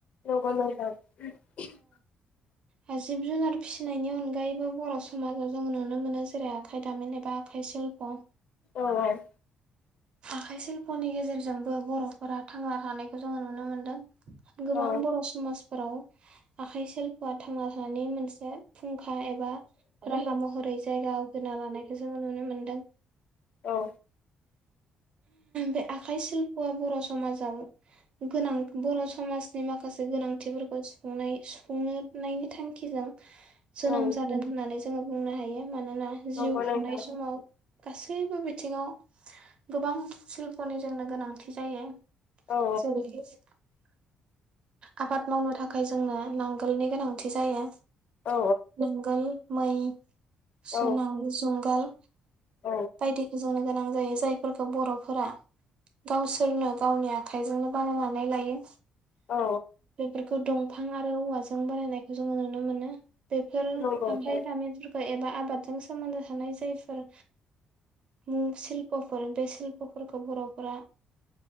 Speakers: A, on the left (about 50°); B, on the right (about 40°).
A: <unintelligible>
B: हो जिब जुनार फिसिनायनि अनगायैबो बर समाजाव जोंङो नुनो मोनो जेरै आखाइ दामिन एबा आखाइ सिल्प
A: औ औ
B: आखाइ सिल्पनि गेजेरजोंबो बरफोरा थांना थानायखौ जोंङो नुनो मोनदों गोबां
A: औ
B: बर समाज फोराव आखाइ सिल्प थांना थानायनि मोनसे फुंखा एबा राहा महरै जायगा आवगन लानायखौ जोङो नुनो मोनो दों
A: औ
B: बे आखाइ सिल्पआ बर समाजाव गोनां बर समाजनि माखासे गो गोनांथिफोरखौ सुफुंनाय सुफुंनो नायनि थांखिजों जोनोम
A: औ
B: जादों होननानै जोंङो बुंनो हायो मानोना
A: नंगौ
B: जिउ खुंनाय
A: नोंथां
B: समाव गासैबो बिथिङाव गोबां सिल्पनि जोंनो गोनांथि जायो <unintelligible>
A: औ
B: आबाद मावनो थाखाय जोंनो नांगोलनि गोनांथि जायो
A: औ
B: जंगाल मै सुनां
A: औ
B: जुंगाल
A: औ
B: बायदिखौ जोंनो गोनां जायो जायफोरखौ बरफोरा गावसोरनो गावनि आखाइजोंनो बानायनानै लायो।
A: औ
B: बेफोरखौ दं फां आरो औवाजों बानायायनायखौ जोंङो नुनो मोनो। दोखोल
A: नंगौ
B: खामफ्लाय
A: औ
B: दामफोर ओ एबा आबादजों सोमोन्दो थानाय जायफोर मुं सिल्पफोर बे सिल्पफोरखौ बरफोरा